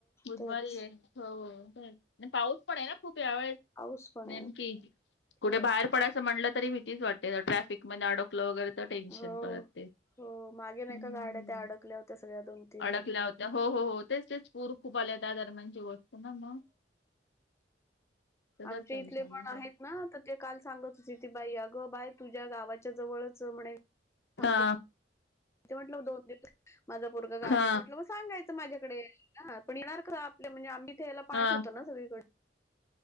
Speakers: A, on the left (about 75°); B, on the left (about 15°).
A: बुधवारी
B: तेच
A: आहे. हो पाऊस पण आहे ना खूप. यावेळेस
B: पाऊस पण
A: नेमकी,
B: आहे
A: कुठे
B: होय
A: बाहेर पडायचं म्हटलं, तरी भीतीच वाटते्. पीक अडकल वगैरे तर टेन्शन
B: हो
A: परत ते.
B: हो मागे नाही
A: हम्म.
B: का, गाड्या त्या अडकल्या होत्या. सगळ्या दोन, तीन,
A: अडकल्या होत्या हो... हो... हो. तेच.. तेच... पूर खूप आल्या त्या दरम्यानची गोष्ट ना मग त्याच
B: आमचे
A: टेन्शन
B: इथले पण
A: नाही
B: आहेत ना, तर ते काल सांगत होते बाई, अगं बाय, तुझ्या गावाच्या जवळच म्हणे.... थांबली
A: हा.....
B: ते म्हटलं, दोन दिवस माझा भरं गाडीत
A: हा
B: म्हटलं मग सांगायचं, माझ्याकडे ना, पण येणार का? म्हणजे, आमतेथ याला पाण
A: हा
B: होतो, ना सगळीकडे.